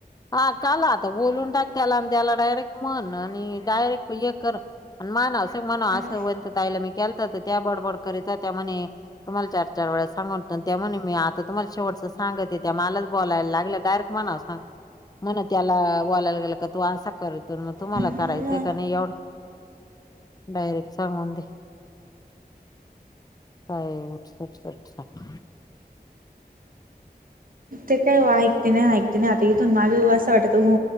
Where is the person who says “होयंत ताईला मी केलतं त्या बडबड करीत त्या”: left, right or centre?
Left